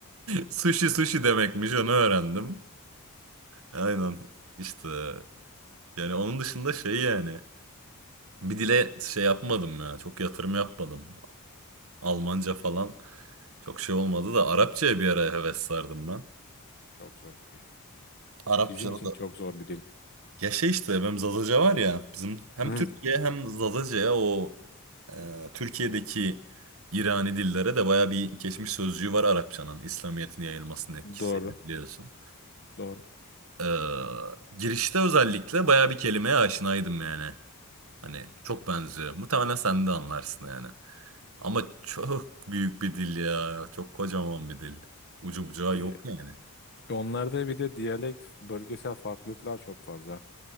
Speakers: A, on the right (about 65°); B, on the left (about 50°).
A: Sushi sushi demekmiş onu öğrendim. Aynen işte yani onun dışında şey yani bir dile şey yapmadım ya çok yatırım yapmadım. Almanca falan çok şey olmadı da Arapçaya bir ara heves sardım ben.
B: Çok zor bir dil.
A: Arapçada
B: Bizim için
A: da
B: çok zor bir dil.
A: ya şey işte benim Zazaca var ya bizim hem
B: Hı,
A: Türkiye hem Zazaca'ya o e, Türkiye'deki İrani dillere de baya bir geçmiş sözcüğü var Arapçanın İslamiyet'in yayılmasının etkisi
B: doğru.
A: biliyorsun.
B: Doğru.
A: Ee, girişte özellikle baya bir kelimeye aşinaydım yani. Hani çok benziyor. Muhtemelen sen de anlarsın yani. Ama çok büyük bir dil ya. Çok kocaman bir dil. Ucu bucağı
B: Ee,
A: yok yani.
B: Onlarda bir de diyalekt, bölgesel farklılıklar çok fazla.